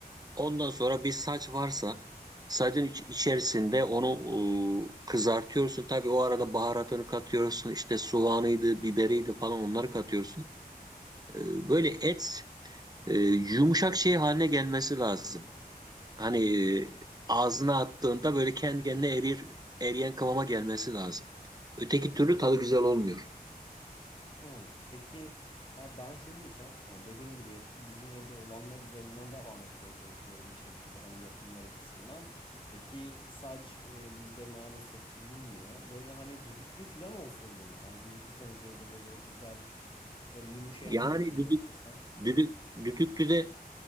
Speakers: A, on the right; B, on the left.
A: Ondan sonra bir saç varsa sacın iç- içerisinde onu e, kızartıyorsun. Tabii o arada baharatını katıyorsun. İşte soğanıydı, biberiydi falan onları katıyorsun. E, böyle et e, yumuşak şey haline gelmesi lazım. Hani e, ağzına attığında böyle kendi kendine erir, eriyen kıvama gelmesi lazım. Öteki türlü tadı güzel olmuyor.
B: Hmm, Peki abi ben şunu diyeceğim. Yani dediğim gibi bizim evde olanlar üzerinden <laughs> devam etmeye çalışıyorum bir şekilde hani yapımlar açısından. E ki sac e, bizde maalesef bulunmuyor. Böyle hani düdüklü falan olsa olur mu? Sence düdüklü tencerede böyle güzel e, böyle yumuşayana
A: Yani
B: kadar iyice
A: düdük,
B: pişirsen.
A: düdük, düdüklü de